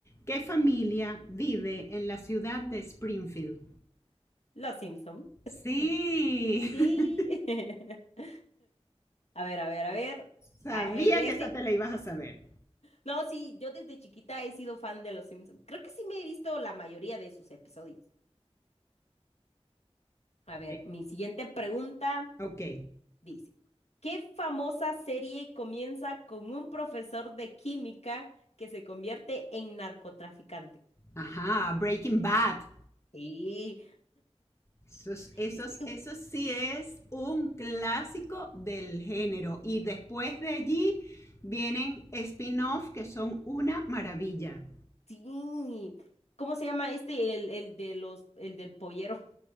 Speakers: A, on the left; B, on the left.
A: ¿Qué familia vive en la ciudad de Springfield?
B: Los Simpson.
A: Sí,
B: Yay.
A: <laughs>
B: <laughs> A ver, a ver, a ver.
A: sabía
B: Ay, este.
A: que esa te la ibas a saber.
B: No, sí, yo desde chiquita he sido fan de Los Simpson. Creo que sí me he visto la mayoría de sus episodios. A ver,
A: Eh,
B: mi siguiente pregunta
A: Ok.
B: dice, ¿qué famosa serie comienza con un profesor de química que se convierte en narcotraficante?
A: Ajá, Breaking Bad.
B: Sí,
A: Eso, es- eso
B: es
A: es-
B: tú,
A: eso sí es un clásico del género. Y después de allí vienen spin-off que son una maravilla.
B: sí. ¿Cómo se llama este, el, el de los, el del pollero?